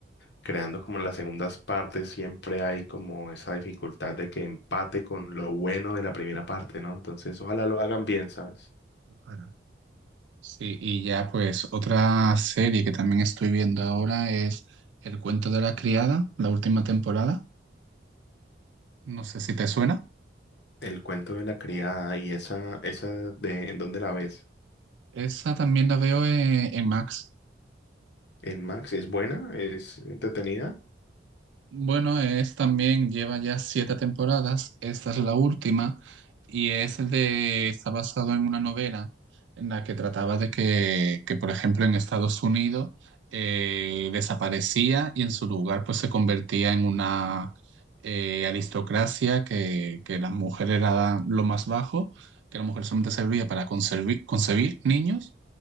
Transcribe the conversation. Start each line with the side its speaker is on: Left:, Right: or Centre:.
Left: creando como las segundas partes siempre hay como esa dificultad de que empate con lo bueno de la primera parte, ¿no? Entonces, ojalá lo hagan bien, ¿sabes?
Right: Claro. Sí, y ya pues otra serie que también estoy viendo ahora es El cuento de la criada, la última temporada. No sé si te suena.
Left: El cuento de la criada y esa, esa de ¿en dónde la ves?
Right: Esa también la veo eh, en Max.
Left: ¿En Max? ¿Es buena? ¿Es entretenida?
Right: Bueno, es también, lleva ya siete temporadas, esta es la última, y es de, está basado en una novela en la que trataba de que, que, por ejemplo, en Estados Unidos eh, desaparecía y en su lugar pues se convertía en una eh, aristocracia que, que la mujer era lo más bajo, que la mujer solamente servía para conservi- concebir niños